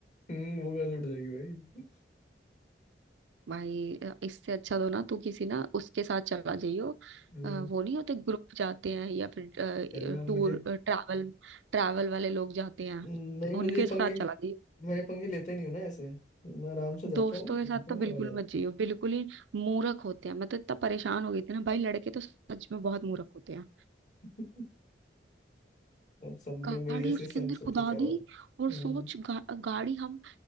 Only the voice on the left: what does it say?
हम्म वो कहाँ से उठ जाएगी भाई
हम्म
चलना
मुझे
हम्म, नहीं
मुझे ये
पंगे
मैं ये पंगे लेता ही नहीं हूँ ना ऐसे मैं आराम से जाता
हूँ घूमता
हूँ
आ जाता
हूँ अब सब में
मेरी जैसी
सेंस
हो
तो क्या
बात है
हम्म